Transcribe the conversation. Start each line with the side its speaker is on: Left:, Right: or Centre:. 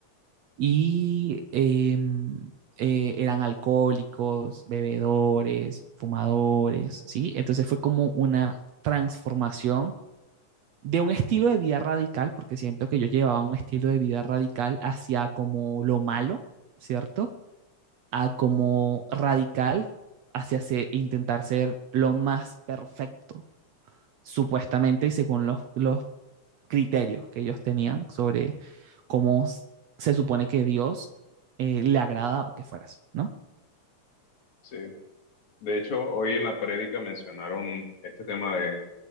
Right: y em, eh, eran alcohólicos, bebedores, fumadores, ¿sí? Entonces fue como una transformación de un estilo de vida radical, porque siento que yo llevaba un estilo de vida radical hacia como lo malo, ¿cierto? A como radical hacia se- intentar ser lo más perfecto, supuestamente, y según los, los criterios que ellos tenían sobre cómo se supone que Dios eh, le agrada que fueras, ¿no?
Left: Sí. De hecho, hoy en la prédica mencionaron este tema de,